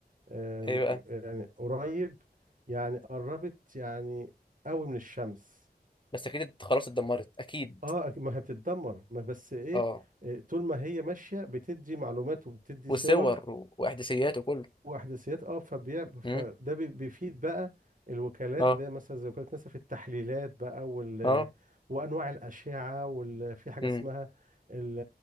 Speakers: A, on the right (about 55°); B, on the left (about 30°).
A: آه، م-
B: إيه بقى
A: م- يعني قريب يعني قربت يعني قوي من الشمس
B: بس أكيد خلاص اتدمرت أكيد
A: اه ما هي بتتدمر ما بس ايه
B: أه
A: آه، طول ما هي ماشية بتدي معلومات وبتدي
B: وصور
A: صور
B: و- وإحداثيات وكله
A: واحداثيات اه فبيع فده
B: أمم
A: بي- بيفيد بقى الوكالات
B: أه
A: اللي هي مثلا زي وكاله ناسا في التحليلات بقى وال
B: أه
A: وانواع الاشعه وال في حاجه
B: أمم
A: اسمها ال...